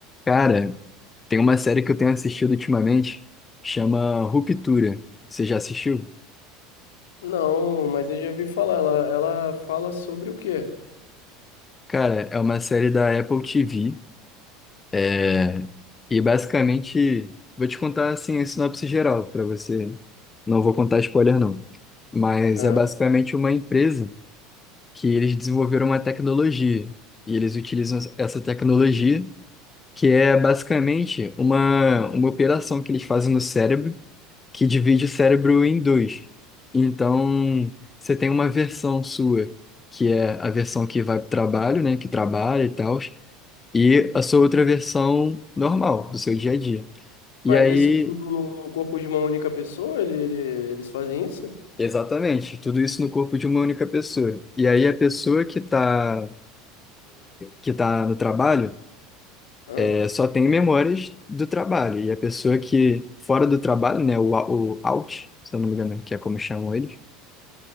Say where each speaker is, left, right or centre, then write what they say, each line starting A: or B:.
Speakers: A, on the left; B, on the left.
A: Cara, tem uma série que eu tenho assistido ultimamente, chama Ruptura. Você já assistiu?
B: Não, mas eu já ouvi falar. Ela, ela fala sobre o quê?
A: Cara, é uma série da Apple TV. é, E basicamente, vou te contar assim a sinopse geral para você. Não vou contar spoiler não. Mas
B: Ah,
A: é basicamente uma empresa que eles desenvolveram uma tecnologia e eles utilizam essa tecnologia que é basicamente uma uma operação que eles fazem no cérebro que divide o cérebro em dois. Então, você tem uma versão sua, que é a versão que vai para o trabalho, né, que trabalha e tal, e a sua outra versão normal, do seu dia a dia. E
B: mas
A: aí,
B: isso tudo no no corpo de uma única pessoa? Ele, eles fazem isso?
A: exatamente, tudo isso no corpo de uma única pessoa. E aí, a pessoa que está que tá no trabalho
B: Ah.
A: é, só tem memórias do trabalho, e a pessoa que, fora do trabalho, né, o, o out, se eu não me engano, que é como chamam eles